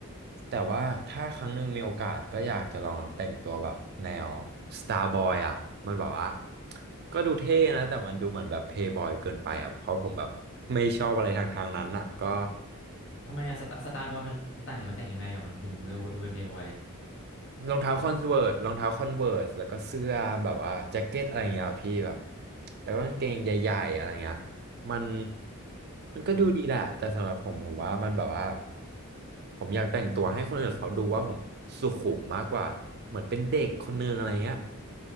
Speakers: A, on the right (about 50°); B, on the left (about 60°).
A: แต่ว่าถ้าครั้งหนึ่งมีโอกาสก็อยากจะลองแต่งตัวแบบแนว Starboy อะมันแบบว่าก็ดูเท่นะแต่มันดูเหมือนแบบ Playboy เกินไปอะเพราะผมแบบไม่ชอบอะไรทางทางนั้นอะก็
B: ทำไมอะสไตสไตล์บอยมันแต่งมันแต่งยังไงอ่ะมันถึงดูดูเป็นเพย์บอย
A: รองเท้าคอนเวิร์สรองเท้าคอนเวิร์สแล้วก็เสื้อแบบว่าแจ็คเก็ตอะไรเงี้ยอะพี่แบบแล้วก็กางเกงใหญ่ๆอะไรเงี้ยมันมันก็ดูดีแหละแต่สำหรับผมผมว่ามันแบบว่า
B: อ๋อ
A: ผมอยากแต่งตัวให้คนอื่นเขาดูว่าผมสุขุมมากกว่าเหมือนเป็นเด็กคนนึงอะไรเงี้ย